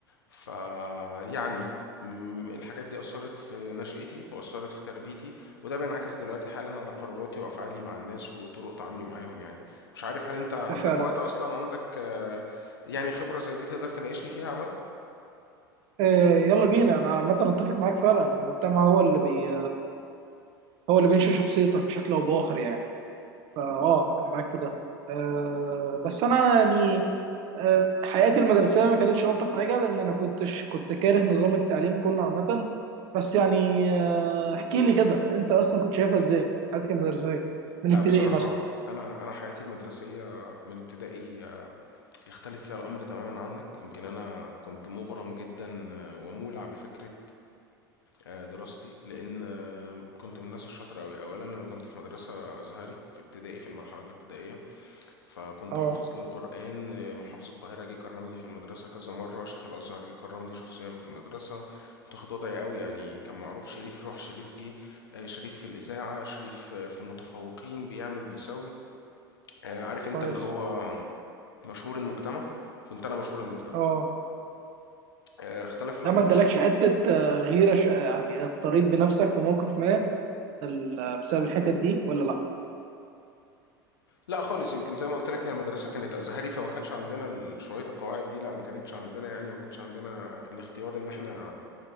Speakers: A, on the left; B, on the right.
A: فيعني الحاجات دي أثرت في نشأتي وأثرت في تربيتي وده بينعكس دلوقتي حالا على قراراتي وأفعالي مع الناس وطرق تعاملي معاهم يعني مش عارف هل أنت عندك
B: ده فعلا
A: وقت أصلا عندك آه، يعني خبرة زي دي تقدر تناقشني فيها يا عماد؟
B: آه، يلا بينا انا عامه اتفق معاك فعلا المجتمع هو اللي بي هو اللي بينشئ شخصيتك بشكل او باخر يعني فاه انا معاك في ده آه، بس انا يعني آه، حياتي المدرسيه ما كانتش الطف حاجه لان انا كنتش كنت كاره نظام التعليم كله عامه بس يعني آه، احكي لي كده انت اصلا كنت شايفها ازاي حياتك المدرسيه من
A: لا
B: ابتدائي
A: بصراحة
B: مثلا
A: أنا أنا حياتي المدرسية من ابتدائي يختلف فيها الأمر تماما عنك يمكن أنا كنت مغرم جدا ومولع بفكرة آه، دراستي لان آه، كنت من الناس الشاطره قوي اولا انا كنت في مدرسه ازهري في ابتدائي في المرحله الابتدائيه فكنت
B: اه
A: حافظ للقران آه، محافظ القاهره جه كرمني في المدرسه كذا مره شيخ الازهر جه كرمني شخصيا في المدرسه كنت واخد وضعي قوي يعني كان معروف شريف روح شريف جه آه، شريف في الاذاعه شريف آه، في المتفوقين بيعمل بيسوي آه، عارف انت
B: كويس
A: اللي هو مشهور المجتمع كنت انا مشهور المجتمع
B: اه
A: آه، اختلف الامر
B: ده ما ادالكش حته آه، غيره ش... آه، يعني اضطريت بنفسك في موقف ما بال- بسبب الحتت دي ولا لا
A: لأ خالص، يمكن زي ما قُلت لك هي المدرسة كانت أزهري، فما كانش عندنا ال شوية القواعد دي لأ، ما كانتش عندنا يعني ما كانش عندنا الاختيار إن إحنا